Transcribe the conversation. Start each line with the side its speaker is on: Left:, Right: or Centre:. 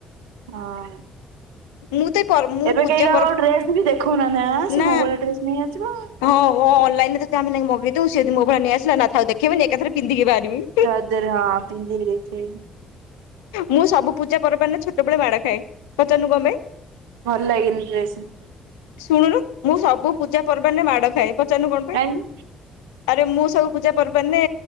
Right: ହଁ।
Left: ମୁଁ ତ ଏଇ ପର ମୁଁ
Right: ଏବେ
Left: ପୂଜା
Right: କେହି କାହାକୁ
Left: ପର୍ବ
Right: ଡ୍ରେଶ୍ ବି ଦେଖଉନାହାନ୍ତି ଆଁ ସେ
Left: ନା
Right: ମୋଭଳିଆ ଡ୍ରେସ ନେଇ ଆସିବ।
Left: ହଁ ହଁ ଅନଲାଇନ ରେ ଯଦି ଆମେ ନେଇ ମଗେଇଦେଉ ସିଏ ଯଦି ମୋ ଭଳି ନେଇଆସିଲା, ନା ଥାଉ ଦେଖେଇବିନି ଏକାଥରେ ପିନ୍ଧିକି ବାହାରିମି।
Right: ରଜରେ ହଁ <unintelligible>
Left: ମୁଁ ସବୁ ପୂଜା ପର୍ବାଣେ ଛୋଟବେଳେ ମାଡ଼ ଖାଏ ପଚାରୁନୁ କଣ ପାଇଁ?
Right: ଭଲ ଲାଗେନି ଡ୍ରେସ।
Left: ଶୁଣୁନୁ ମୁଁ ସବୁ ପୂଜା ପର୍ବାଣରେ ମାଡ଼ ଖାଏ ପଚାରୁନୁ କଣ ପାଇଁ?
Right: କାହିଁକି
Left: ଆରେ ମୁଁ ସବୁ ପୂଜା ପର୍ବରାନିନେ